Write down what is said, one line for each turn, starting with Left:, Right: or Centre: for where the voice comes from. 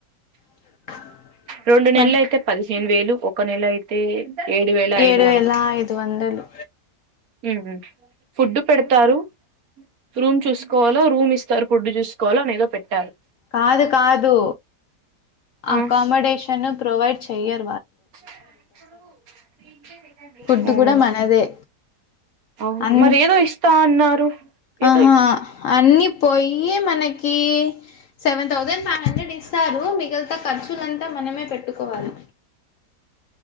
Left: <unintelligible>
Right: రొండు
Left: మ
Right: నెలయితే పదిహేను వేలు ఒక నెల అయితే ఏడు వేల
Left: ఏడు
Right: ఐదు
Left: వేల ఐదు వందలు
Right: ఉహు ఫుడ్డు పెడతారు. రూమ్ చూసుకోవాలో, రూమ్ ఇస్తారు ఫుడ్ చూసుకోవాలో, అని ఏదో పెట్టారు.
Left: కాదు కాదు
Right: ఆ
Left: అకామడేషన్ ప్రొవైడ్ చెయరూ
Right: <unintelligible>
Left: ఫుడ్ కూడా మనదే
Right: ఆ అ
Left: అం
Right: మరి ఏదో ఇస్తా అన్నారు.
Left: ఆహా
Right: ఏదో
Left: అన్ని పోయి మనకి సెవెన్ థౌసండ్, ఫైవ్ హండ్రెడ్ ఇస్తారు మిగా తా ఖర్చులంతా మనమే పెట్టు కోవాలి